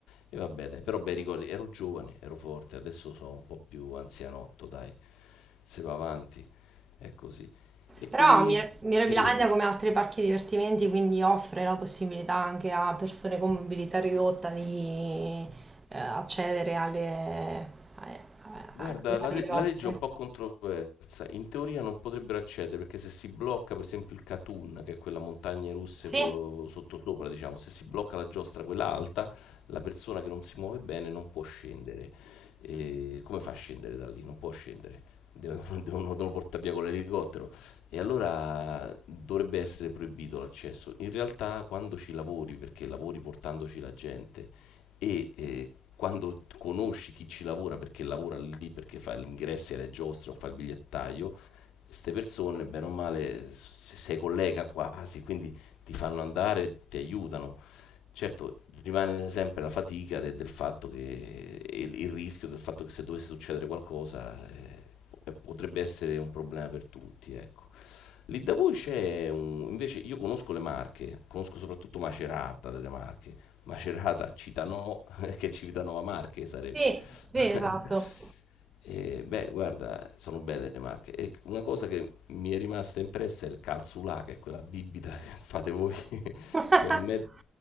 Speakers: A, on the left (about 85°); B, on the right (about 25°).
A: E vabbè, dai, però bei ricordi, ero giovane, ero forte, adesso sono un po' più anzianotto, dai, se va avanti, è così. E
B: Però
A: qui,
B: Mir- Mirabilandia,
A: dimmi, dimmi.
B: come altri parchi divertimenti, quindi offre la possibilità anche a persone con mobilità ridotta di eh, accedere alle, a-
A: Guarda,
B: a- alle varie
A: la, le- la
B: mostre.
A: legge è un po' controversa. In teoria non potrebbero accedere perché se si blocca, per esempio, il Katun, che è quella montagna russa
B: Sì,
A: sottosopra, diciamo, se si blocca la giostra, quella alta, la persona che non si muove bene non può scendere. E come fa a scendere da lì? Non può scendere. Devono, <laughs> devono, devono portare <laughs> via con l'elicottero. E allora dovrebbe essere proibito l'accesso. In realtà, quando ci lavori, perché lavori portandoci la gente e eh, quando conosci chi ci lavora perché lavora lì, perché fa gli ingressi alle giostre o fa il bigliettaio, queste persone, bene o male, se- sei collega quasi, quindi ti fanno andare, ti aiutano. Certo, rimane sempre la fatica de- del fatto che e il, il rischio del fatto che se dovesse succedere qualcosa eh, potrebbe essere un problema per tutti, ecco. Lì da voi c'è un... invece io conosco le Marche, conosco soprattutto Macerata delle Marche, Macerata, Citano, <laughs> che Civitanova Marche sarebbe.
B: Sì, sì,
A: <laughs>
B: esatto.
A: E, beh, guarda, sono belle le Marche. E una cosa che mi è rimasta impressa è il calzulà, che è quella bibita <laughs> che fate voi, <laughs>
B: <laughs>
A: che è me-